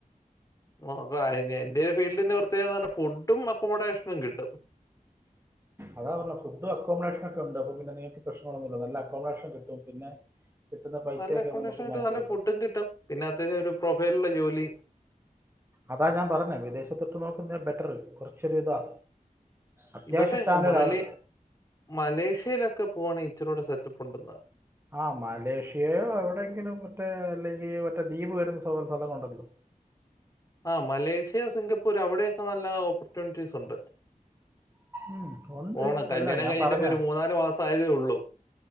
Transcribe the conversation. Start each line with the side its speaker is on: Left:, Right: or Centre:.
Left: നോക്കായിനി എന്റെ ഈ ഫീൽഡിന്റെ പ്രത്യേകത പറഞ്ഞാ ഫുഡും അക്കോമഡേഷനും കിട്ടും.
Right: അതാ പറഞ്ഞത് ഫുഡും അക്കോമഡേഷനും ഒക്കെ ഉണ്ട്. അപ്പോ പിന്നെ നിങ്ങക്ക് പ്രശ്നങ്ങളൊന്നുല്ല നല്ല അക്കോമഡേഷൻ കിട്ടും പിന്നെ കിട്ടുന്ന പൈസയൊക്കെ
Left: നല്ല അക്കോമഡേഷനും
Right: നമുക്ക്
Left: കിട്ടും
Right: മാറ്റി
Left: നല്ല
Right: വെക്കാം
Left: ഫുഡും കിട്ടും പിന്നെ അത്യാവശ്യം ഒരു പ്രൊഫൈലുള്ള ജോലി
Right: അതാ ഞാൻ പറഞ്ഞത് വിദേശത്തൊക്കെ നോക്കുന്നേ ബെറ്റർ കുറച്ചൊരു ഇതാ. അത്യാവശ്യ
Left: ഇവിടെ
Right: സ്റ്റാന്റേർഡ്‌
Left: മലേ
Right: ആണ്.
Left: മലേഷ്യയിലൊക്കെ പോവാണ് ഈച്ചിറോടെ സെറ്റപ്പ് ഉണ്ടെന്നാ.
Right: ആഹ് മലേഷ്യയോ എവിടെയെങ്കിലും മറ്റേ അല്ലെങ്കിൽ മറ്റേ ദ്വീപ് വരുന്ന <unintelligible> ഉണ്ടല്ലോ.
Left: ആഹ് മലേഷ്യ, സിംഗപ്പൂർ അവിടെ ഒക്കെ നല്ല ഓപ്പർച്യൂണിറ്റീസ് ഉണ്ട്.
Right: ഉം, ഉണ്ട്
Left: പോണം കല്യാണം
Right: അല്ല ഞാൻ
Left: കഴിഞ്ഞിട്ട്
Right: പറഞ്ഞ
Left: ഇപ്പോ ഒരു മൂന്നാലു മാസം ആയതേ ഉള്ളൂ.